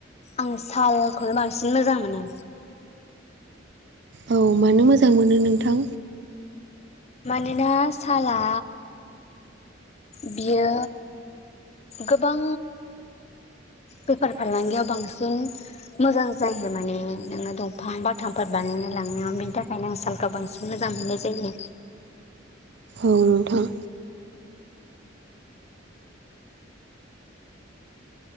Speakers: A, on the left; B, on the right.
A: आं सालखौनो बांसिन मोजां मोनो
B: औ मानो मोजां मोनो नोंथां।
A: मानोना साला बियो गोबां बेफार फालांगियाव बांसिन मोजां जायो माने नोङो दंफां बाथामफोर बानाय नो‌ लांनयाव बेनि थाखायनो आं सालखौ बांसिन मोजां मोननाय जायो।
B: औ नोंथां।